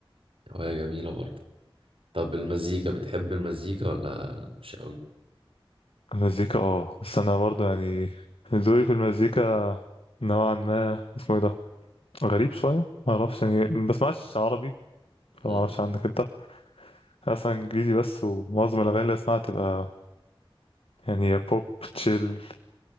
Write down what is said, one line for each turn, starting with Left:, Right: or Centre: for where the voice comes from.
Right: هواية جميلة برضه طب المزيكا بتحب المزيكا ولا مش قوي؟
Left: المزيكا اه بس أنا برضه يعني ذوقي في المزيكا نوعا ما اسمه ايه ده غريب شوية معرفش يعني ما بسمعش عربي فمعرفش
Right: مم.
Left: عنك انت أنا أصلا إنجليزي بس ومعظم الأغاني اللي أسمعها تبقى يعني يا بوب تشيل